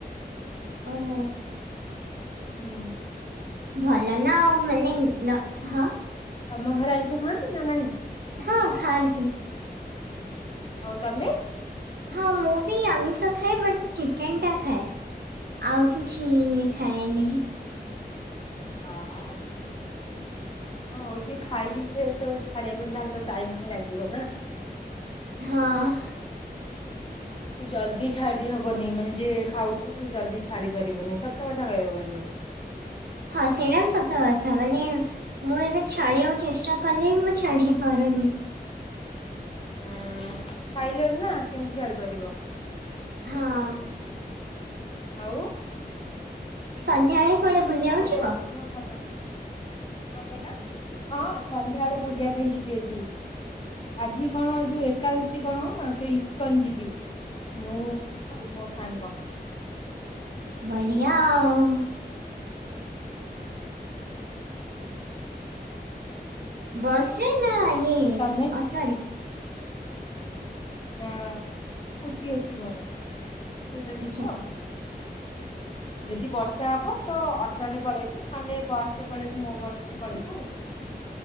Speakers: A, on the right (about 70°); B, on the left (about 30°).
A: ଅହଁ।
B: ହୁଁ।
A: ଭଲ ନା ଆଉ ମାନେ ନ ହଁ।
B: ତମ ଘରେ ଆଇଁଷ ଖାଆନ୍ତି ନା ନାହିଁ?
A: ହଁ ଖାଆନ୍ତି।
B: ଆଉ ତମେ?
A: ହଁ ମୁଁ ବି ଆମିଷ ଖାଏ ବଟ୍ ଚିକେନ ଟା ଖାଏ। ଆଉ କିଛି ଖାଏନି ହିଁ।
B: ଅଁ ହଁ। ହଁ ହଉଚି ସେ ତ ଛାଡିବା ପାଇଁ ତାହେଲେ ତାକୁ ଟାଇମ ହିଁ ଲାଗିବ ନା।
A: ହଁ।
B: ଏତେ ଜଲ୍ଦି ଛାଡି ହବନି ମାନେ ଯିଏ ଖାଉଥିବ ସେ ଜଲ୍ଦି ଛାଡି ପାରିବନି ସତ କଥା କହିବାକୁ ଗଲେ।
A: ହଁ ସେଇଟା ତ ସତ କଥା ମାନେ ମୁଁ ଏବେ ଛାଡିବାକୁ ଚେଷ୍ ଯା କଲେ ବି ମୁଁ ଛାଡିି ପାରୁନି।
B: ଉୁଁ ଖାଇଲୁଣିନା କେମିତି ଛାଡି ପାରିବ।
A: ହଁ।
B: ଆଉ
A: ସନ୍ଧ୍ୟାବେଳେ କୁଆଡେ ବୁଲିବାକୁ
B: ଆଉ
A: ଯିବ?
B: କଣ କୁହ ଖବର ସବୁ। କଣ କହିଲ ହଁ ସନ୍ଧ୍ୟାବେଳେ ବୁଲିବା ପାଇଁ ଯି ବି ଆଜି। ଆଜି କଣ ଯୋଉ ଏକାଦଶୀ କଣ ତ ଇସ୍କନ୍ ଯିବି। ମୁଁ ଆଉ ମୋ ସାଙ୍ଗ।
A: ବଢିଆ ଆଉ। ବସ୍ ରେ ନାହିଁ
B: ତମେ
A: ଅଟୋରେ।
B: ନା ସ୍କୁଟି ଅଛି ମୋର ସେଇଥିରେ
A: ଆଚ୍ଛା
B: ଯିବୁ ଆଉ। ଯଦି ବର୍ଷା ହବ ତ ଅଟୋ ରେ ପଳେଇବୁ। ନହେଲେ ବସ୍ ରେ ପଳେଇବୁ ମୋ ବସ୍। ରେ ପଳେଇବୁ।